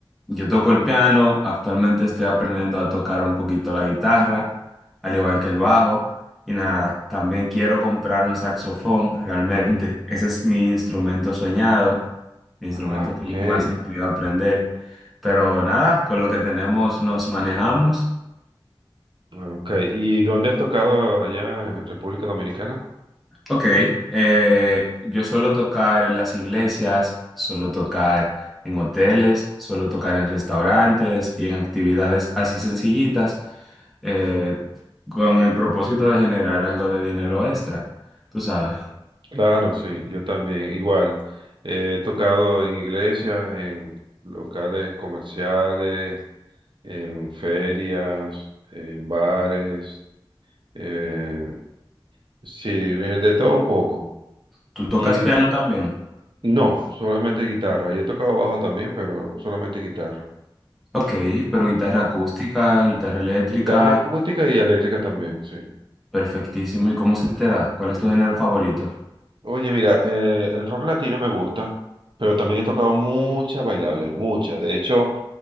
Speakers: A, in the centre; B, on the right.
A: yo toco el piano. Actualmente estoy aprendiendo a tocar un poquito la guitarra, al
B: Ah,
A: igual que el bajo. Y nada, también quiero comprar un saxofón, realmente. Ese es mi instrumento soñado, mi instrumento
B: ah, ok.
A: que yo más he querido aprender. Pero nada, con lo que tenemos nos manejamos.
B: ah, Ok. ¿Y dónde has tocado allá en República Dominicana?
A: Ok, eh, yo suelo tocar en las iglesias, suelo tocar en hoteles, suelo tocar en restaurantes y en actividades así sencillitas, eh, con el propósito de generar algo de dinero extra. Tú sabes,
B: Claro, sí, yo también, igual. Eh, he tocado en iglesias, en locales comerciales, en ferias, en bares. eh, sí, eh, de todo un poco.
A: ¿tú tocas
B: Y
A: piano también?
B: no, solamente guitarra. Yo he tocado bajo también, pero solamente guitarra.
A: Ok, pero guitarra
B: Sí.
A: acústica, guitarra eléctrica,
B: Guitarra acústica y eléctrica también, sí.
A: perfectísimo. ¿Y cómo
B: Sí.
A: se te da? ¿Cuál es tu género favorito?
B: Oye, mira, eh, el rock latino me gusta, pero también he tocado muchas bailables, muchas. De hecho,